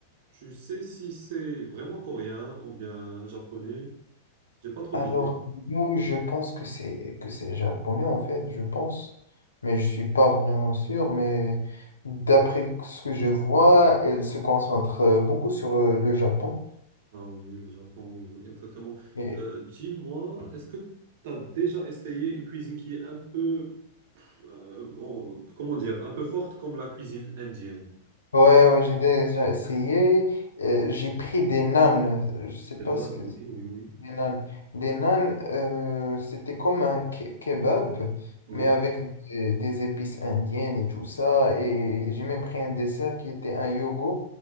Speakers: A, on the right (about 60°); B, on the left (about 80°).
A: tu sais si c'est vraiment coréen ou bien japonais? J'ai pas trop
B: Alors,
A: d'idées.
B: du coup, je pense que c'est que c'est japonais en fait, je pense, mais je suis pas vraiment sûr. Mais d'après ce que je vois, elle se concentre euh, beaucoup sur euh, le Japon.
A: Ah oui, le Japon, oui, oui, exactement.
B: Et,
A: Euh, dis-moi, est-ce que tu as déjà essayé une cuisine qui est un peu euh, en- comment dire, un peu forte comme la cuisine indienne.
B: ouais, ouais, j'ai déjà essayé. euh, j'ai pris des nanes. euh, Je sais
A: Les
B: pas
A: naans,
B: ce que
A: oui, oui, oui,
B: Des nanes. Des nanes, euh, c'était comme un ke- kebab,
A: oui.
B: mais avec des, des épices indiennes et tout ça. Et j'ai même pris un dessert qui était un yogourt.